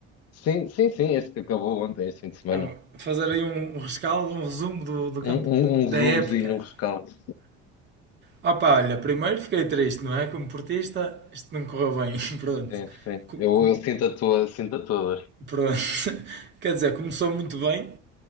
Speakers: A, on the left (about 55°); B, on the right (about 35°).
A: Sim, sim, sim, este que acabou ontem, este fim de semana.
B: Então, Fazer aí um, um rescaldo, um resumo do, do campo
A: Um, um,
B: de-
A: um
B: da
A: resumozinho,
B: época.
A: um rescaldo.
B: Opa, olha, primeiro fiquei triste, não é? Como portista, isto não correu bem. <laughs> Pronto.
A: Sim, sim.
B: Co-
A: Eu,
B: com-
A: eu sinto a tua, sinto a tua dor.
B: Pronto. <laughs> Quer dizer, começou muito bem,